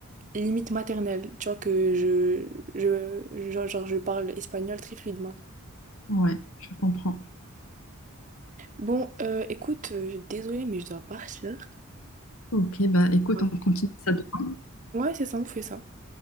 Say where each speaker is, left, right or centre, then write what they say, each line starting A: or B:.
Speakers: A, on the right; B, on the left.
A: limite maternelle, tu vois, que je, je, je- genre, je parle espagnol très fluidement.
B: Ouais, je comprends.
A: Bon, euh, écoute, euh, désolée, mais je dois partir.
B: Ok, bah écoute,
A: Ouais,
B: on continue ça demain.
A: c'est ça, on fait ça.